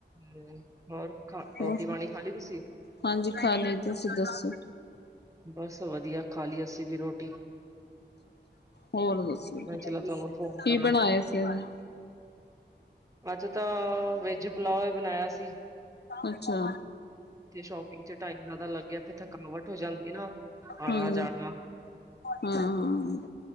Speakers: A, on the right; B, on the left.
A: ਹਮ ਹੋਰ ਖਾ ਰੋਟੀ
B: ਹੋ
A: ਪਾਣੀ ਖਾ ਲਈ ਤੁਸੀਂ?
B: ਹਾਂਜੀ ਖਾਲੀ, ਤੁਸੀਂ ਦੱਸੋ।
A: ਬਸ ਵਧੀਆ, ਖਾਲੀ ਅਸੀਂ ਵੀ ਰੋਟੀ।
B: ਹੋਰ ਦਸੋ,
A: ਮੈਂ ਚਲੋ ਤੁਹਾਨੂੰ ਫੋਨ
B: ਕੀ
A: ਕਰਾਂ।
B: ਬਣਾਇਆ ਸੀ ਅੱਜ
A: ਅੱਜ ਤਾਂ, ਵੈਜ਼ ਪਲਾਓ ਬਣਾਇਆ ਸੀ।
B: ਅੱਛਾ।
A: ਸ਼ੋਪਿੰਗ ਚ ਟਾਈਪ ਜਾਦਾ ਲੱਗ ਗਿਆ, ਫਿਰ ਤਾਂ ਕਨਵਰਟ ਹੋ ਜਾਂਦੀ ਆ ਨਾ ਆਣਾ
B: ਹਾਂਜੀ,
A: ਜਾਣਾ,
B: ਹਾਂ-ਹਾਂ।